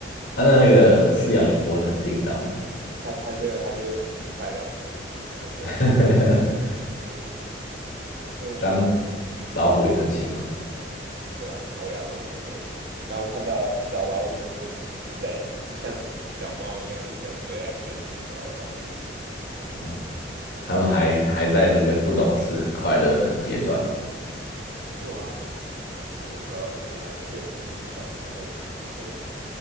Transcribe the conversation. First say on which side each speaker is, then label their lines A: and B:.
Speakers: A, on the left; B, on the right.
A: 啊，那那个饲养员不会很紧张吗？
B: 它它就它就尽快让我们出去，然后就
A: <laughs>
B: 对，因为我
A: 当老虎也是很辛苦
B: 对吧，它也要工作，然后看到小老虎就就在就像小猫一样互相追来追去，跑来跑去，
A: 哦，他们还还在这个不懂事、很快乐的阶段
B: 对啊，有时候也蛮羡慕自己小时候的。就是。